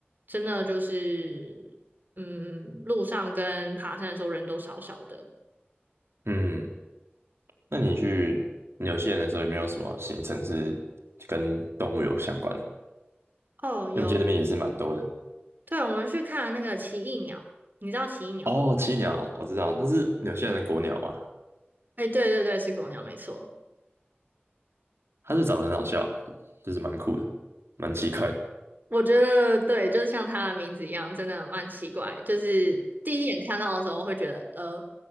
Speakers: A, on the right (about 50°); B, on the right (about 85°).
A: 真的就是，嗯，路上跟爬山的时候人都少少的。
B: 嗯，那你去纽西兰的时候有没有什么行程是跟动物有相关的？
A: 哦，有，
B: 因为我记得那边也是蛮多的。
A: 对，我们去看了那个奇异鸟，你知道奇异鸟吗？
B: 哦，栖鸟啊我知道，那是纽西兰的国鸟嘛，
A: 哎，对对对，是国鸟，没错。
B: 它是长得很好笑，就是蛮酷的，蛮奇怪的，
A: 我觉得对，就是像它的名字一样，真的蛮奇怪。就是第一眼看到的时候会觉得，呃，